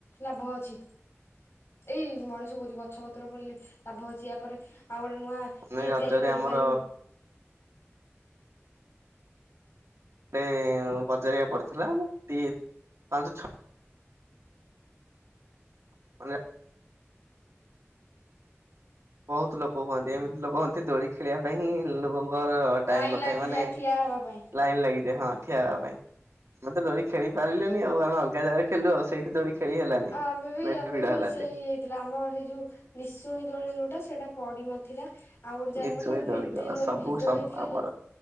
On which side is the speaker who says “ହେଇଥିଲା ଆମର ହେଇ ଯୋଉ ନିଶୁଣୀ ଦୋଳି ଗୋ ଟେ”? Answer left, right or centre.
Left